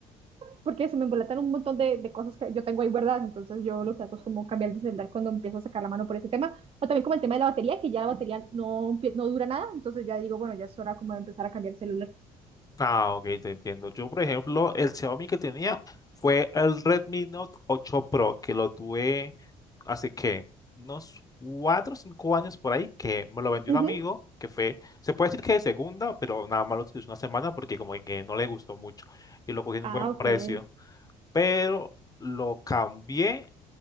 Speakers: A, on the right (about 35°); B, on the left (about 20°).
A: porque se me embolatan un montón de, de, cosas que yo tengo ahí guardadas, entonces yo lo que hago es como cambiar de celular cuando empiezo a sacar la mano por ese tema, o también como el tema de la batería, que ya la batería no, empie- no dura nada, entonces ya digo, bueno, ya es hora como de empezar a cambiar el celular.
B: Ah, ok, te entiendo. Yo, por ejemplo, el Xiaomi que tenía fue el Redmi Note ocho Pro, que lo tuve hace que unos 4 o 5 años por ahí, que me lo vendió
A: Uh
B: un
A: -huh.
B: amigo, que fue, se puede decir que de segunda, pero nada más lo utilizó una semana porque como que no le gustó mucho y lo cogí en
A: Ah,
B: un buen
A: ok.
B: precio.
A: <laughs>
B: Pero lo cambié